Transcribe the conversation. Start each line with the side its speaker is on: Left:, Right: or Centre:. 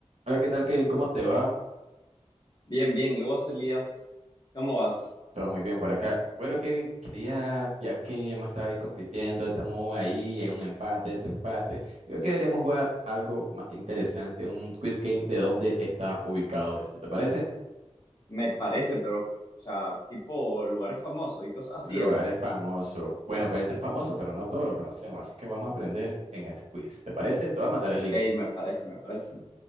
Right: Hola, ¿qué tal, Kevin? ¿Cómo te va?
Left: Bien, bien. ¿Y vos, Elías, cómo vas?
Right: Todo muy bien por acá. Bueno, Kevin, quería, ya que hemos estado ahí compitiendo, estamos ahí en un empate, desempate, yo creo que deberíamos jugar algo más interesante, un quiz game de dónde está ubicado esto, ¿te parece?
Left: Me parece, pero, o sea, tipo lugares famosos y cosas así
Right: Lugares
Left: es.
Right: famosos. Bueno, pueden ser famosos, pero no todos lo conocemos, así que vamos a aprender en este quiz, ¿te parece? Te voy a mandar el
Left: Ok,
Right: link.
Left: me parece, me parece.